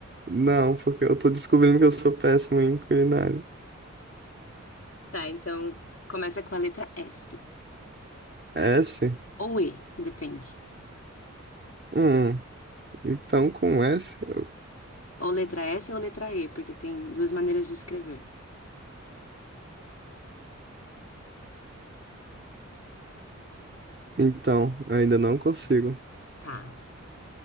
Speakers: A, on the right; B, on the left.
A: Não, porque eu tô descobrindo que eu sou péssimo em culinária.
B: Tá, então começa com a letra S.
A: É S?
B: Ou E, depende.
A: Hum, então com S, eu-
B: Ou letra S ou letra E, porque tem duas maneiras de escrever.
A: então, eu ainda não consigo.
B: Tá.